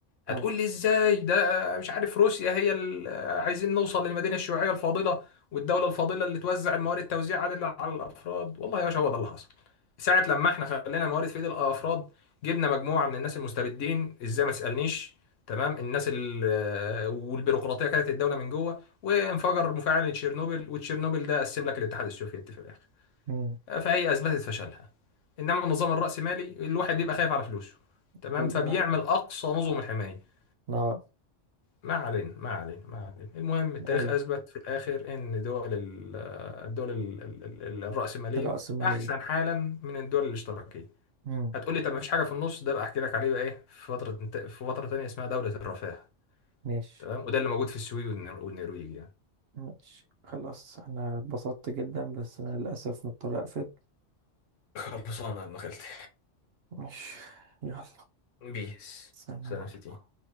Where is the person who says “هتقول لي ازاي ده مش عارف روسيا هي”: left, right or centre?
Left